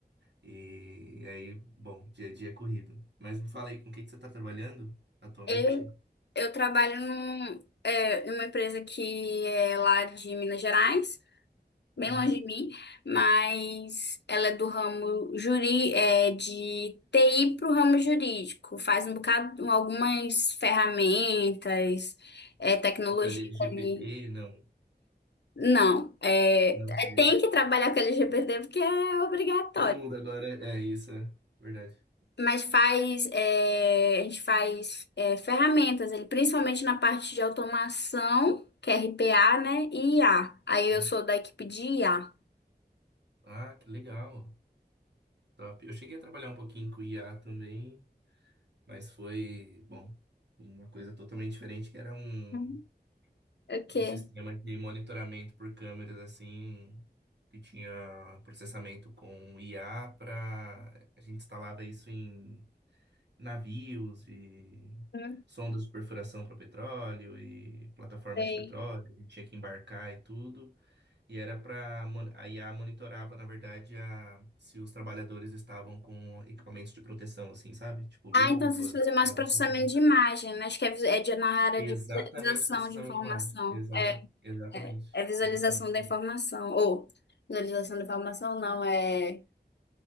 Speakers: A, on the right (about 90°); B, on the left (about 85°).
A: E, aí, bom, dia a dia é corrido. Mas me fala aí, com o que que você tá trabalhando atualmente?
B: Eu, eu trabalho num, é, numa empresa que é lá de Minas Gerais, bem
A: Uhum.
B: longe de mim, mas ela é do ramo juri, é, de TI para o ramo jurídico. Faz um bocado, algumas ferramentas, é, tecnologia
A: Tipo, LGPD?
B: ali.
A: Não,
B: Não, é,
A: não sei.
B: é, tem que trabalhar com LGBT porque é obrigatório.
A: Todo mundo agora é isso, é verdade.
B: Mas faz, é, a gente faz é, ferramentas, ele, principalmente na parte de automação, que é RPA, né? E IA. Aí eu
A: Uhum.
B: sou da equipe de IA.
A: Ah, que legal. Top. Eu cheguei a trabalhar um pouquinho com IA também. Mas foi, bom, uma coisa totalmente diferente, que era um,
B: Uhum. O
A: um
B: quê?
A: sistema de monitoramento por câmeras, assim, que tinha processamento com IA para... A gente instalava isso em navios e
B: Não
A: sondas de perfuração para petróleo e plataformas
B: sei.
A: de petróleo. A gente tinha que embarcar e tudo. E era para... A IA monitorava, na verdade, a, se os trabalhadores estavam com equipamentos de proteção, assim, sabe? Tipo luva,
B: Ah, então vocês fazem mais
A: dava
B: processamento
A: conta
B: de imagem, né? Acho que é, vis- é de- na área
A: Exatamente
B: de visualização
A: processamento
B: de informação.
A: de imagem. Exata,
B: É,
A: exatamente.
B: é visualização
A: Exatamente.
B: da informação. Ou visualização da informação, não, é,